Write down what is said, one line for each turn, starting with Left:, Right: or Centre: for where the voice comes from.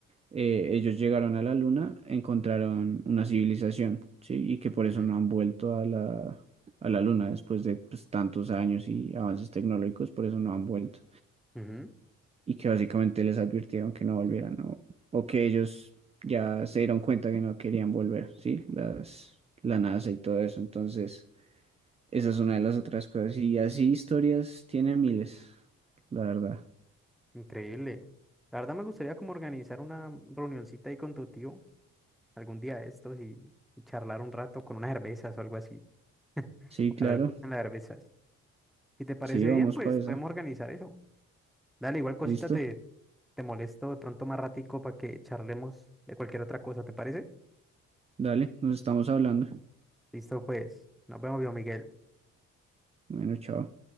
Right: eh, ellos llegaron a la luna, encontraron una civilización, ¿sí? Y que por
Centre: ujú,
Right: eso no han vuelto a la, a la luna después de pues, tantos años y avances tecnológicos, por eso no han vuelto.
Centre: ujú.
Right: y que básicamente les advirtieron que no volvieran o, o que ellos ya se dieron cuenta que no querían volver, ¿sí? Las, la NASA y todo eso. Entonces, esa es una de las otras cosas. Y así historias tiene miles, la verdad.
Centre: Increíble. La verdad me gustaría como organizar una reunioncita ahí con tu tío algún día de estos y, y charlar un rato con unas cervezas o algo así.
Right: Sí,
Centre: Ojalá
Right: claro.
Centre: le gusten las cervezas. Si te parece
Right: Sí, vamos
Centre: bien, pues
Right: para esa.
Centre: podemos organizar eso. Dale, igual cosita
Right: ¿Listo?
Centre: te, te molesto de pronto más ratico para que charlemos de cualquier otra cosa, ¿te parece?
Right: Dale, nos estamos hablando.
Centre: Listo, pues. Nos vemos, viejo Miguel.
Right: Bueno, chao.